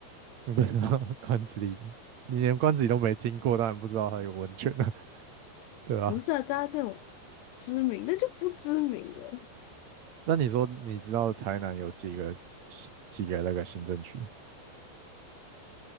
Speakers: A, on the right (about 45°); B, on the left (about 80°).
A: 你不知道 <laughs> 关子岭，你连关子岭都没听过，当然不知道它有温泉了，对吧、
B: 不是啊，大家那种知名，那就不知名了。
A: 那你说你知道台南有几个行几个那个行政区？